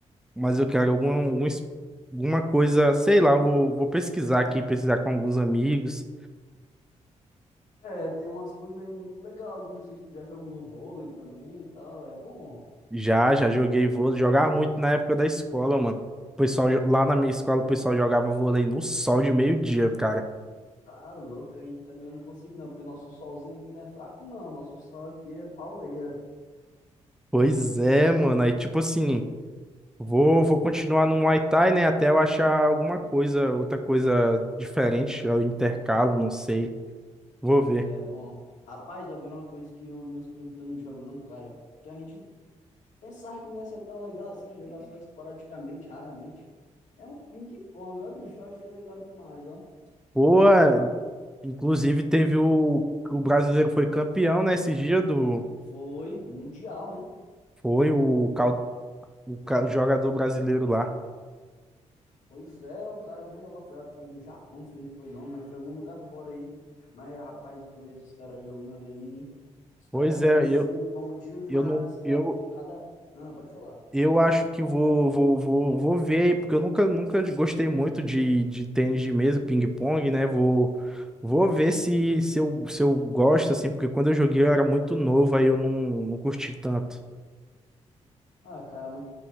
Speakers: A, in the centre; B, on the left (about 85°).
A: Mas eu quero alguma, alguma, es- alguma coisa, sei lá, eu vou, vou pesquisar aqui, pesquisar com alguns amigos.
B: É, tem umas coisas aí muito legal. Não sei se tu já jogou vôlei também e tal. É bom.
A: Já, já joguei vôlei. Jogava muito na época da escola, mano. O pessoal, jo- lá na minha escola, o pessoal jogava vôlei no sol de meio-dia, cara.
B: Tá louco aí também eu não consigo não, porque nosso solzinho aqui não é fraco não, nosso sol aqui é pauleira.
A: Pois é, mano. Aí, tipo assim, vou, vou continuar no Muay Thai, né? Até eu achar alguma coisa, outra coisa diferente. Eu intercalo, não sei. Vou ver.
B: É, bom, rapaz, agora uma coisa que os meus primos estamos jogando, cara, que a gente pensava que não ia ser tão legal assim, ia jogar só esporadicamente, raramente, é um ping-pong, ó, bicho, eu achei legal demais, ó,
A: Boa,
B: ping-pong.
A: inclusive teve o. O brasileiro foi campeão, né? Esse dia do.
B: Foi mundial, né?
A: Foi o, cal- o ca- o jogador brasileiro lá.
B: Pois é, o cara ganhou lá, foi, foi no Japão, não sei onde foi não, mas foi em algum lugar fora aí. Mas, rapaz, tu vê esses caras jogando aí, os caras
A: Pois é,
B: tem que ser
A: eu,
B: bom demais,
A: eu não.
B: cara,
A: Eu,
B: que cada... Ah, pode falar.
A: Eu acho que vou, vou, vou, vou ver, porque eu nunca, nunca gostei muito de, de tênis de mesa, ping-pong, né? Vou, vou ver se, se eu, se eu gosto, assim, porque quando eu joguei eu era muito novo, aí eu não, não curti tanto.
B: Ah, cara, mas